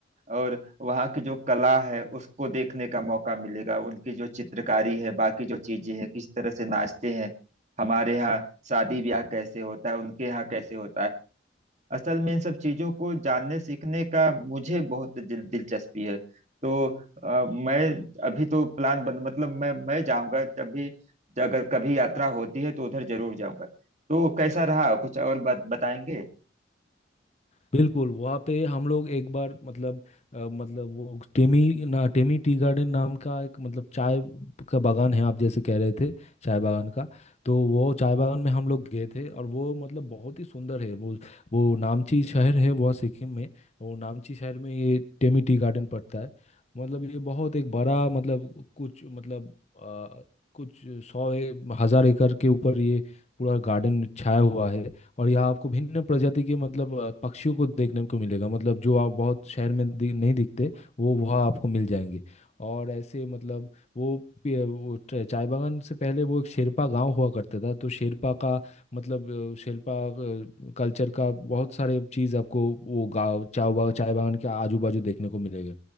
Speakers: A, on the right (about 35°); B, on the left (about 35°).
A: और वहाँ की जो कला है उसको देखने का मौका मिलेगा उनकी जो चित्रकारी है बाकी जो चीजें हैं किस तरह से नाचते हैं हमारे यहाँ शादी ब्याह कैसे होता है उनके यहाँ कैसे होता है असल में इन सब चीजों को जानने सीखने का मुझे बहुत दिल, दिलचस्पी है तो अ, मैं अभी तो प्लान बन मतलब मैं मैं जाऊंगा जब भी अगर कभी यात्रा होती है तो उधर जरूर जाऊंगा तो कैसा रहा कुछ और बत, बताएंगे
B: बिल्कुल वहाँ पे हम लोग एक बार मतलब अ, मतलब वो टेमी ना टेमी टी गार्डन नाम का एक मतलब चाय का बागान है आप जैसे कह रहे थे चाय बागान का तो वो चाय बागान में हम लोग गए थे और वो मतलब बहुत ही सुंदर है वो वो नामची शहर है वो सिक्किम में वो नामची शहर में ये टेमी टी गार्डन पड़ता है मतलब ये बहुत एक बड़ा मतलब कुछ मतलब अ, कुछ सौ ए- हजार एकड़ के ऊपर ये पूरा गार्डन छाया हुआ है और यहाँ आपको भिन्न प्रजाति के मतलब अ, पक्षियों को देखने को मिलेगा मतलब जो आप बहुत शहर में दि, नहीं दिखते वो वहाँ आपको मिल जाएंगे और ऐसे मतलब वो, पे- वो च- चाय बागान से पहले वो एक शेरपा गांव हुआ करता था तो शेरपा का मतलब अ, शेरपा कल्चर का बहुत सारे चीज़ आपको वो गाँव चाय बाग चाय बागान के आजू बाजू देखने को मिलेगा